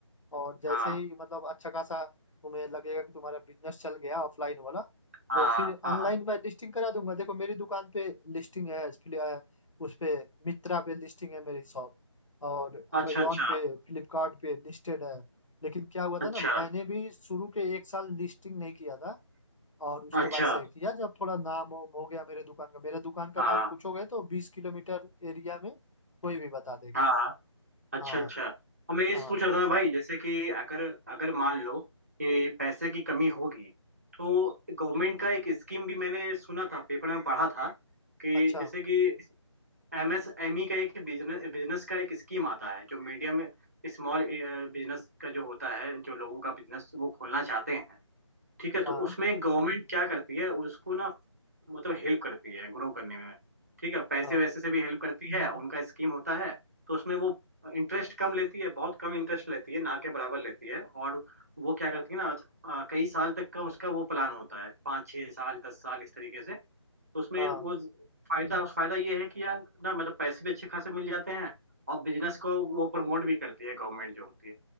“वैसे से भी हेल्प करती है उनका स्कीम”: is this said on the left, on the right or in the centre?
Right